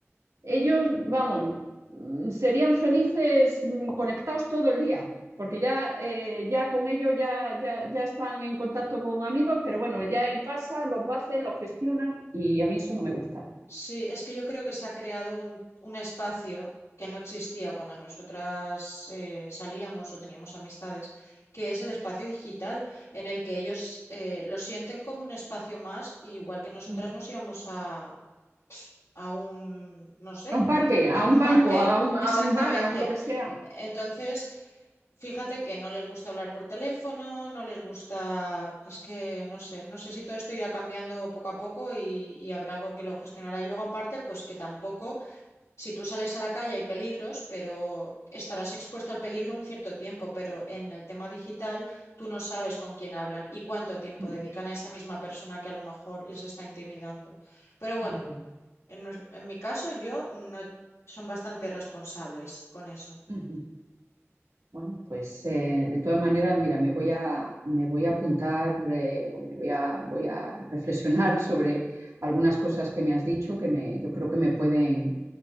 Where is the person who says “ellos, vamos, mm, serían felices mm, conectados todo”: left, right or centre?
Right